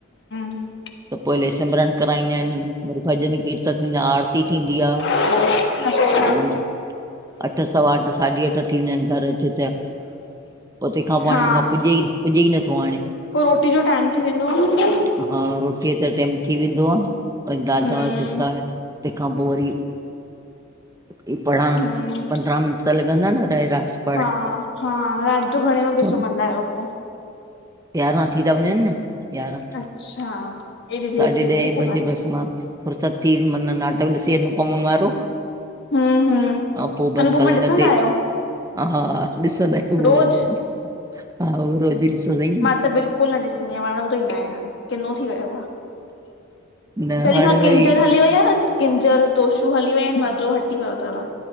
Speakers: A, on the left; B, on the right.
A: हम <inaudible>
B: त पोइले सिमरन कराईंदाइन वरी भॼन कीर्तन थींदा, आरती थींदी आ।
A: अच <inaudible>
B: त माना अठ सवा अठ साढी अठ थी वञन घर अच त। पो तंहिंखां पो
A: हा
B: हाणे मूंखां पुॼे ई पुॼे ई नथो हाणे।
A: पो रोटी जो टाइम थी वेंदो आ न,
B: हा रोटीअ ते टाइम थी वेंदो आ वरी दाल
A: हम्म
B: चांवर पिसाए, तंहिंखां पो वरी हे पढ़ां
A: हम्म
B: पंद्रह मिंट, त लॻंदा न रहे रा <unintelligible>
A: हा- हा, राति जो घणे वॻे सुम्हंदा
B: न
A: आहियो पो?
B: यारहां थी ता वञनि न यारहां
A: अच्छा एॾी देर
B: साढे
A: थी वेंदी
B: ॾहें
A: तव?
B: बजे बस मां फुरसत थी <unintelligible> मन नाट सेर न पोइम वारो
A: हम्म हम्म
B: हा पो बस
A: अनुपमा
B: पलंग
A: ॾिसंदा
B: ते,
A: आहियो
B: ह हा ॾिसंदायूं उहो,
A: रोज़?
B: हा उहो रोज़ ई ॾिसंदा आहियूं
A: मां त बिल्कुलु न ॾिसंदी आं, वणंदो ई नाहे हाणे किनो थी वियो आ।
B: न
A: जॾहिं
B: हाणे
A: खां किंजल
B: वरी
A: हली वई आ न, किंजल तोशू हली विया इनि मज़ो हटी वियो तव।